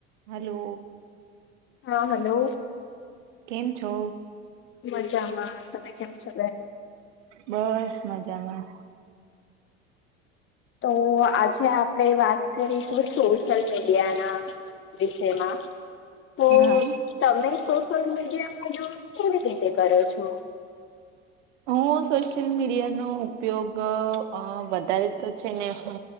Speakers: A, on the right; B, on the left.
A: Hello
B: હા hello
A: કેમ છો
B: મજામાં તમે કેમ છો
A: બસ મજામાં
B: તો આજે આપણે વાત કરીશું સોશિયલ મીડિયા ના વિષયમાં તો
A: હા
B: તમે સોશયલ મીડિયામાંઝ કેવી રીતે કરો છો
A: હું સોશિયલ મીડિયાનોો ઉપયોગ વધારે તો છે ને હ